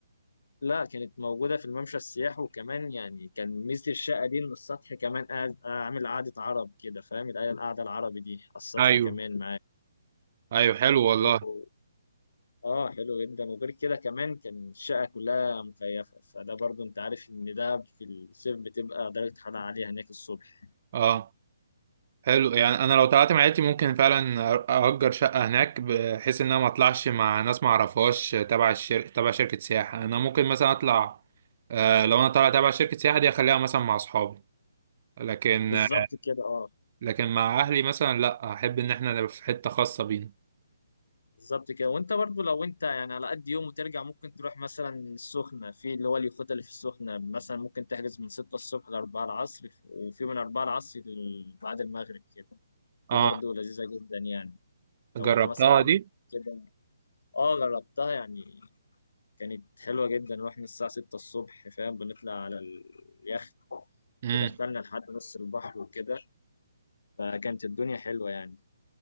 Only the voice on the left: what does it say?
لا كانت موجودة في الممشى السياحي وكمان يعني كان ميزة الشقة دي ان السطح كمان قاعد اعمل قعدة عرب كده فاهم القعدة القعدة العربي دي على السطح
كمان
معاه اه حلو جدا وغير كده كمان كان الشقة كلها مكيفة فده برضو انت عارف ان ده في الصيف بتبقى درجة حرارة عالية هناك الصبح
بالظبط كده اه
بالظبط كده وانت برضو لو انت يعني على قد يوم وترجع ممكن تروح مثلا السخنة في اللي هو اليخوت اللي في السخنة مثلا ممكن تحجز من 6 الصبح ل 4 العصر وفي من 4 العصر ل- بعد المغرب كده
دي برضو لذيذة جدا يعني لو
انت مثلا على قد
كده اه جربتها يعني كانت حلوة جدا رحنا الساعة 6 الصبح فاهم بنطلع على اليخت
بيدخلنا لحد نص البحر وكده فكانت الدنيا حلوة يعني